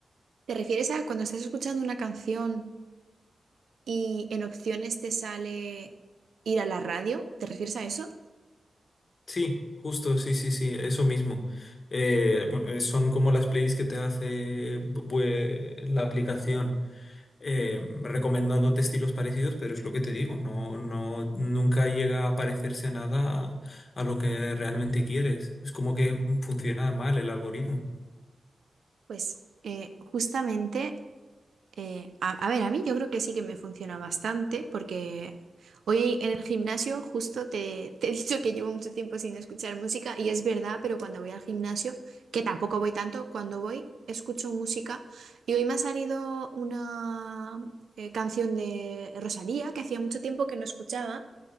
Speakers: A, on the right (about 75°); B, on the left (about 55°).
A: ¿Te refieres a cuando estás escuchando una canción? y en opciones te sale ir a la radio, ¿te refieres a eso?
B: Sí, justo, sí, sí, sí, eso mismo. Eh, eh, son como las playlists que te hace bue- la aplicación eh, recomendándote estilos parecidos, pero es lo que te digo, no, no, nunca llega a parecerse nada a, a lo que realmente quieres. Es como que funciona mal el algoritmo.
A: Pues eh, justamente, eh, a, a ver, a mí yo creo que sí que me funciona bastante porque hoy en el gimnasio justo te, te he dicho que llevo mucho tiempo sin escuchar música y es verdad, pero cuando voy al gimnasio, que tampoco voy tanto, cuando voy escucho música y hoy me ha salido una eh, canción de Rosalía que hacía mucho tiempo que no escuchaba.